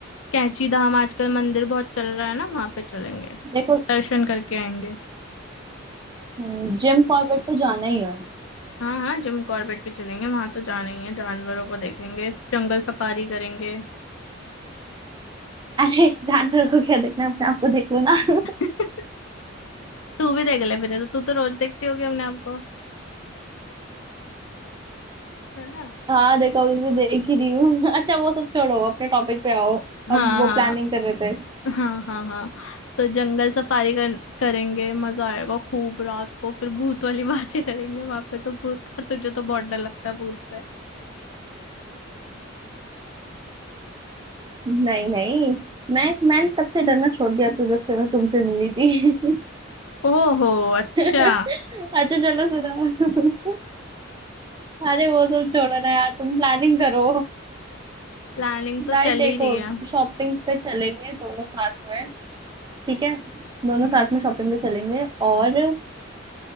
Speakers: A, on the left; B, on the right.
A: कैंची धाम आजकल मंदिर बहुत चल रहा है ना वहाँ पे चलेंगे
B: देखो
A: दर्शन करके आएंगे
B: हम्म, जिम कॉर्बेट तो जाना ही है
A: हाँ हाँ जिम कॉर्बेट भी चलेंगे वहां तो जाना ही है जानवरों को देखेंगे जंगल सफारी करेंगे
B: अरे जानवर को क्या देखना है अपने आप को देख लो ना <laughs>
A: <laughs> तू भी देख ले फिर तू तो रोज देखती होगी अपने आपको है ना
B: हाँ देखो अभी भी देख ही रही हूँ <laughs> अच्छा वो सब छोड़ो अपने टॉपिक पे आओ
A: <laughs> हाँ
B: हम वो प्लानिंग कर रहे थे
A: हाँ हाँ हाँ तो जंगल सफारी कर, करेंगे मजा आएगा खूब रात को फिर भूत वाली <laughs> बातें करेंगे वहां पे तो भूत पर तुझे तो बहुत डर लगता है भूत से
B: नहीं नहीं मैं मैंने तब से डरना छोड़ दिया तो जब से मैं तुमसे मिली थी <laughs>
A: ओहो अच्छा
B: अच्छा चलो सुनो <laughs> अरे वो सब छोड़ो ना यार तुम प्लानिंग करो
A: प्लानिंग तो
B: भाई
A: चल
B: देखो
A: ही रही है
B: शॉपिंग पे चलेंगे दोनों साथ में ठीक है दोनों साथ
A: हम्म
B: में शॉपिंग पे चलेंगे और